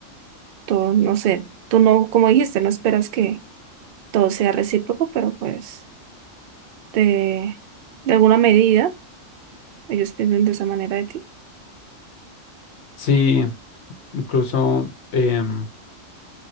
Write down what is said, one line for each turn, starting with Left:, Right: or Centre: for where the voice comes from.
Right: tú no sé, tú no, como dijiste, no esperas que todo sea recíproco, pero pues de, de alguna medida ellos piensan de esa manera de ti.
Left: Sí, incluso, em,